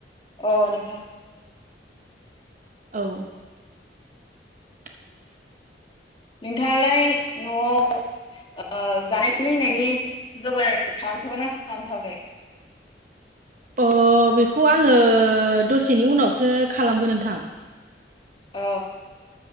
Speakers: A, on the left; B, on the right.
A: अ नोंथां।
B: औ <inaudible>
A: नोंथाङालाय न'आव ओ जानाय लोंनायनि जगार खालामथ'गोन ना खालामथ'वाखै
B: <inaudible> अ बेखौ आङो दसेनि उनावसो खालामगोन नोंथां
A: अ